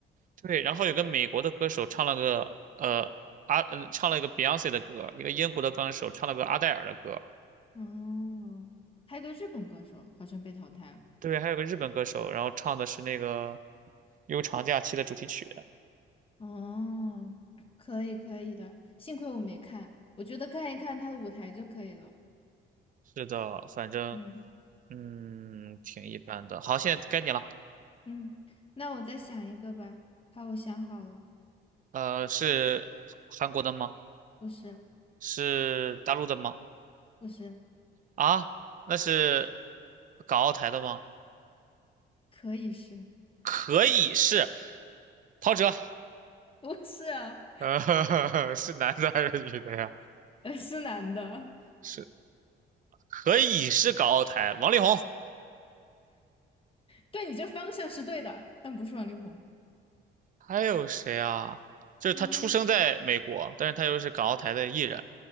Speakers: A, on the right; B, on the left.
A: 对，然后有个美国的歌手唱了个呃。阿、呃、唱了一个 Beyonce 的歌，一个英国的歌手唱了个阿黛尔的歌，
B: <laughs> 哦，还有个日本歌手好像被淘汰了。
A: 对，还有个日本歌手，然后唱的是那个《悠长假期》的主题曲。
B: 哦，可以可以的，幸亏我没看，我觉得看一看他的舞台就可以了。
A: 是的，反正
B: 嗯
A: 嗯，挺一般的。好，现在该你了。
B: 嗯，那我再想一个吧。好，我想好了，
A: 呃，是韩国的吗？
B: 不是
A: 是大陆的吗？
B: 不是，
A: 啊，那是港澳台的吗？
B: 可以是，
A: 可以是陶喆 <laughs>。
B: <laughs> 不是啊，
A: 呃，<laughs> 是男的还是女的呀？
B: <laughs> 呃，是男的。
A: 是可以是港澳台，王力宏，
B: 对你这方向是对的，但不是王力宏。
A: 还有谁啊？就是他出生在美国，
B: 嗯
A: 但是他又是港澳台的艺人。